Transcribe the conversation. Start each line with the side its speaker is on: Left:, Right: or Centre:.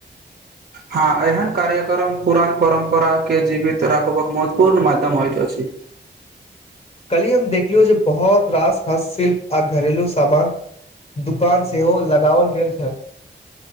Right: हँ एहन कार्यक्रम पुरान परम्परा के जीवित राखबाक महत्वपूर्ण माध्यम होइत अछि
Left: कलिय हम देखलियौ जे बहुत रास हस्त शिल्प आ घरेलु सामान दुकान सेहो लगाओल गेल छल